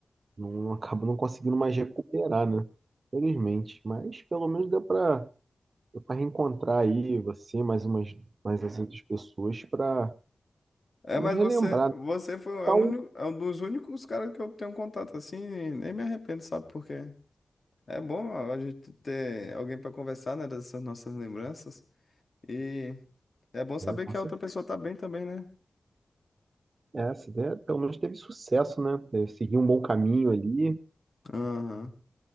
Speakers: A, on the right; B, on the left.
A: não acaba não conseguindo mais recuperar, né? Infelizmente, mas pelo menos deu para deu para reencontrar aí você, mais umas mais as outras pessoas para
B: É,
A: nos
B: mas
A: relembrar.
B: você, você
A: né?
B: foi
A: Então,
B: é o único, é um dos únicos caras que eu tenho contato assim, e nem me arrependo, sabe por quê? É bom a gente ter alguém para conversar, né, dessas nossas lembranças. E é bom saber
A: é, com
B: que a outra pessoa tá bem também, né?
A: É, essa ideia pelo menos teve sucesso, né? É, seguir um bom caminho ali,
B: Aham.